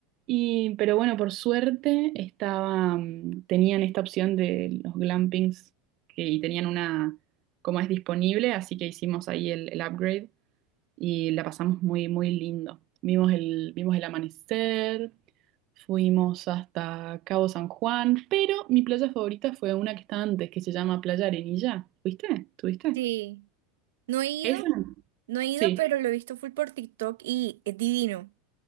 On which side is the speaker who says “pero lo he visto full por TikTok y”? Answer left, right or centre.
Right